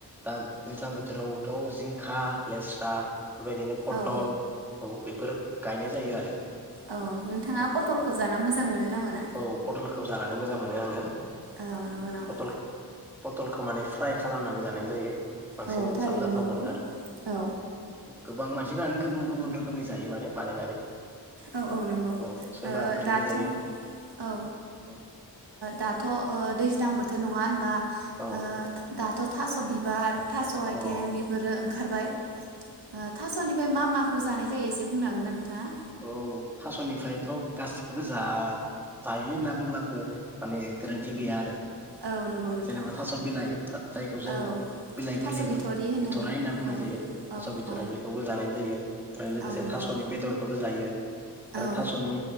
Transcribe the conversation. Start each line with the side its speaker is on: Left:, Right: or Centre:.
Centre: दा गोजां बोथ रावथ जिंखा लेस्रा बेबायदिनो पटल
Right: औ
Centre: औ बेफोर गायनाय जायो आरो
Right: औ नोंथाङा
Centre: औ
Right: पटलखौ जाना मोजां मोनो ना मोना
Centre: औ पटलखौ जानानै मोजां मोनो आङो
Right: औ नंगौ नामा
Centre: पटल पतलखौ माने फ्राय खालामनानै जानाय जायो बांसिन
Right: औ थारैनो
Centre: साबजाथाव
Right: नंगौ
Centre: मोनो आरो
Right: औ
Centre: गोबां मानसिफोरानो गुबुन गुबुन रोखोम रोखोमनि जायो माने बानायनानै
Right: औ औ नंगौ
Centre: अ सोरबा
Right: ओ
Centre: ओंख्रिबो
Right: दाथ'
Centre: जायो
Right: औ ओ
Centre: औ
Right: दाथ' दैज्लां बोथोर थोर नङा होनबा
Centre: अ
Right: अओ दाथ' थास' बिबार थास' आइथेंं
Centre: औ
Right: बेफोरो ओंखारबाय ओ थास'नि ओमफ्राय मा माखौ जानाय जायो एसे बुंनो हागोन ना नोंथांङा।
Centre: औ थास'निफ्रायथ' गासिखौबो जा जायो होनना बुंब्लाबो माने गोरोन्थि गैया आरो।
Right: औ नंगौ नोंथां
Centre: जेनेबा थास' बिलाइ जायखौ जों
Right: औ
Centre: बिलाइ
Right: थास'
Centre: गोरलैखौ
Right: बिथ'रि होननानै
Centre: बिथ'राइ होनना बुंनाय
Right: औ
Centre: जायो
Right: औ
Centre: थास' बिथ'राइ
Right: औ
Centre: बेखौबो जानाय जायो आरो लोगोसे
Right: औ नंगौ
Centre: थास'नि बेदरखौबो जायो आरो
Right: औ
Centre: थास'नि